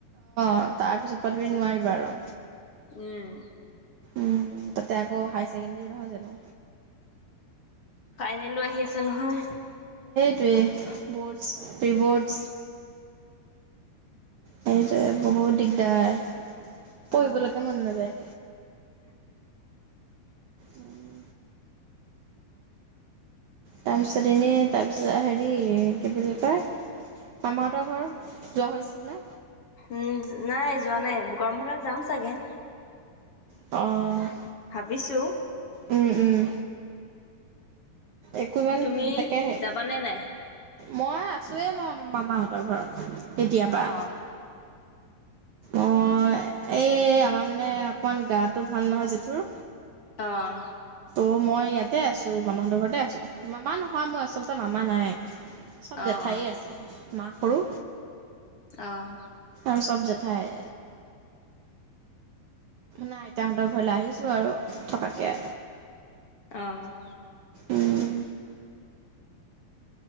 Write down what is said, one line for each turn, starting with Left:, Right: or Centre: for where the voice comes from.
Right: অঁ, তাৰ পিছত প তমি নোৱাৰিবা আৰু।
Left: উম।
Right: উম, তাতে আকৌ হাইাৰ ছেকেণ্ডৰী নহয় জানো।
Left: ফাইনেলো আহি আছে নহয়।
Right: হেতু'এ পে বৰ্ডছ পেব'ৰ্ডছ। সেইটোৱে বহুত দিগদাৰ। পঢ়িবলৈকে
Left: অ'
Right: মন নাযায়। উম। তাৰপিছত এনেই তাৰপিছত হেৰি কি বুলি কয়, মামাহঁতৰ ঘৰ যোৱা হৈছে নে?
Left: উম নাই। যোৱা নাই, গৰম বন্ধ যাম চাগে।
Right: অঁ।
Left: ভাবিছো।
Right: ওম, ওম। একোমান
Left: তুমি
Right: তাকেহে
Left: যাবানে নাই
Right: মই আছোৱে, মই মামাহঁতৰ ঘৰত। কেতিয়াবা
Left: অ'
Right: অঁ এই আমাৰ মানে অকণমান গাটো ভাল নহয় জেঠুৰ
Left: অঁ।
Right: অঁ, মই ইয়াতে আছোঁ মামাহঁতৰ ঘৰতে আছোঁ, মামা নহয়, মই আচলতে মামা নাই। চব
Left: অ' অ'
Right: জেঠাই আছে, মাহ কৰো।
Left: অ'।
Right: আৰু চব জেঠাই। নাই আইতাহঁতৰ ঘৰলৈ আহিছোঁ আৰু থকাকে।
Left: অ'
Right: উম।